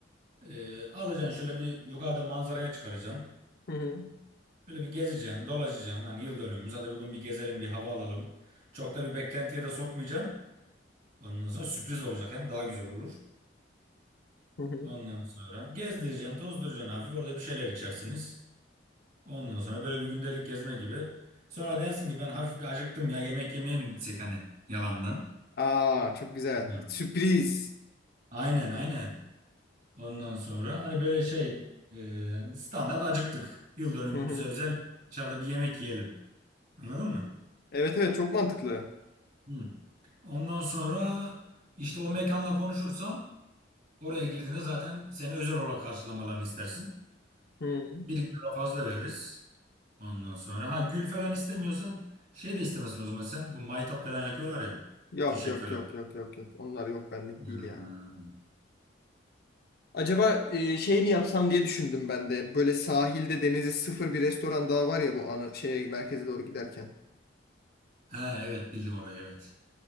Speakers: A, on the right (about 45°); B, on the left (about 55°).
A: e, alacaksın şöyle bir yukarıda manzaraya çıkaracaksın.
B: Hı hı.
A: Böyle bir gezeceksin, dolaşacaksın. Hani yıl dönümümüz hadi bugün bir gezelim, bir hava alalım. Çok da bir beklentiye de sokmayacaksın. Ondan sonra sürpriz olacak hem daha güzel olur.
B: Hı hı.
A: Ondan sonra gezdireceksin, tozduracaksın hafif. Orada bir şeyler içersiniz. Ondan sonra böyle bir gündelik gezme gibi. Sonra dersin ki ben hafif bir acıktım ya yemek yemeye mi gitsek hani yalandan.
B: Aa çok güzel.
A: Hı.
B: Sürpriz.
A: Aynen aynen. Ondan sonra hani böyle şey e, standart acıktık. Yıl dönümümüze
B: Hı hı.
A: özel dışarıda bir yemek yiyelim. Anladın mı?
B: Evet evet çok mantıklı.
A: Hı. Ondan sonra işte o mekanla konuşursan oraya girdiğinde zaten seni özel olarak karşılamalarını istersin.
B: Hı.
A: Bir iki lira fazla veririz. Ondan sonra ha gül falan istemiyorsan şey de istemesin o zaman sen. Bu maytap falan yakıyorlar ya.
B: Yok
A: Fişek
B: yok
A: falan.
B: yok yok yok yok. Onlar yok benlik
A: Hmm.
B: değil ya. Acaba e, şey mi yapsam diye düşündüm ben de. Böyle sahilde denizi sıfır bir restoran daha var ya bu anı şeye merkeze doğru giderken.
A: Ha evet bildim orayı evet.